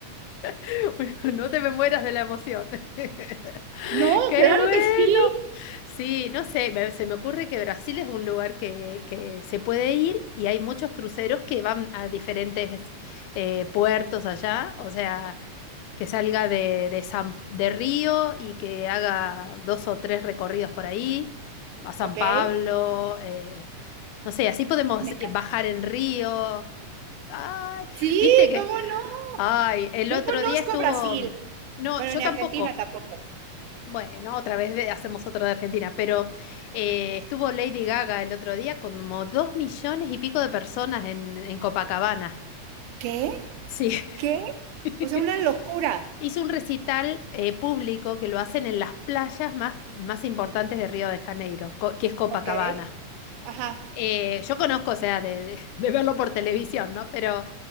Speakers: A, on the left; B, on the right.
A: <laughs> Bueno, no te me mueras de la emoción. <laughs>
B: No,
A: ¡Qué
B: claro
A: bueno!
B: que sí.
A: Sí, no sé, me- se me ocurre que Brasil es un lugar que, que se puede ir y hay muchos cruceros que van a diferentes eh, puertos allá, o sea... que salga de, de, San, de Río y que haga dos o tres recorridos por ahí, a San
B: ¿Ok?
A: Pablo,
B: Ay,
A: eh, no sé, así podemos
B: me encanta.
A: eh, bajar en Río. Ay,
B: Sí,
A: viste que,
B: ¿cómo no?
A: ay, el
B: No
A: otro
B: conozco
A: día estuvo,
B: Brasil,
A: no,
B: bueno,
A: yo
B: ni
A: tampoco.
B: Argentina tampoco.
A: Bueno, otra vez ve- hacemos otro de Argentina, pero eh, estuvo Lady Gaga el otro día con como dos millones y pico de personas en, en Copacabana.
B: ¿Qué?
A: Sí.
B: ¿Qué?
A: <laughs>
B: O sea, una locura,
A: Hizo un recital eh, público que lo hacen en las playas más, más importantes de Río de Janeiro, co- que es Copacabana.
B: ¿ok? Ajá,
A: Eh, yo conozco, o sea, de, de- <laughs> de verlo por televisión, ¿no? Pero,